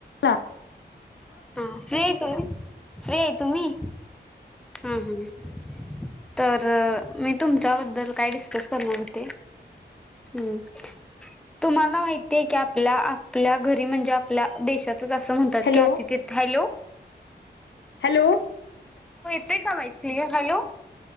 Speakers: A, on the left; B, in the centre.
A: हा
B: फ्री हे तुम्ही? फ्री आहे तुम्ही? हम्म हम तर मी तुमच्याबद्दल काय डिस्कस करणार होते? हम्म तुम्हाला माहितीय की आपल्या आपल्या घरी म्हणजे आपल्या देशात असं म्हणतात
A: हॅलो
B: की आतिथे हॅलो
A: हॅलो
B: येता का व्हॉइस क्लिअर